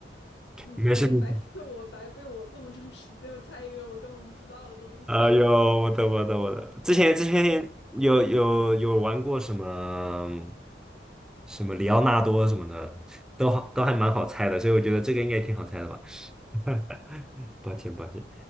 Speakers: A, on the left; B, in the centre.
A: 嗯，
B: 没事没事
A: 白白费我，白费我这么长时间，我猜一个我根本不知道的东西。
B: 哎呦，我的我的我的，之前之前有有有玩过什么
A: OK，
B: 什么里奥纳多什么的，都好都还蛮好猜的，所以我觉得这个应该挺好猜的吧。<laughs> 抱歉抱歉，